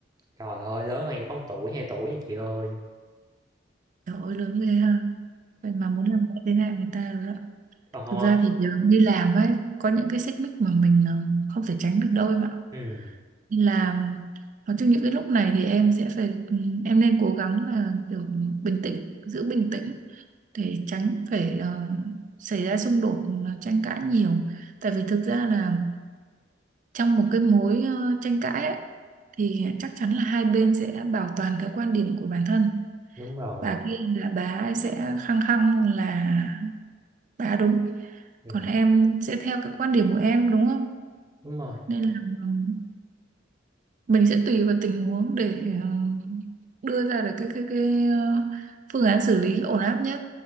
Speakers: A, on the right; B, on the right.
A: trời ơi lớn hơn em có 1 tuổi hai tuổi nha chị ơi
B: Trời ơi lớn ghê ha. Vậy mà muốn làm mẹ thế này người ta rồi đó.
A: ờ ha.
B: Thực ra thì giờ đi làm ấy có những cái xích mích mà mình ờ, không thể tránh được đâu em ạ.
A: ừ
B: Đi làm nói chung những cái lúc này thì em sẽ phải ừ, em nên cố gắng là kiểu bình tĩnh, giữ bình tĩnh để tránh phải ờ, xảy ra xung đột ừ, tranh cãi nhiều. Tại vì thực ra là trong một cái mối ờ, tranh cãi ấy, thì chắc chắn là hai bên sẽ bảo toàn cái quan điểm của bản thân.
A: đúng rồi
B: Bà kia là bà ấy sẽ khăng khăng là bà đúng
A: ừ
B: còn em sẽ theo cái quan điểm của em đúng không
A: đúng rồi
B: nên là ừm, mình sẽ tùy vào tình huống để ờ, đưa ra được cái cái cái ờ, phương án xử lý ổn áp nhất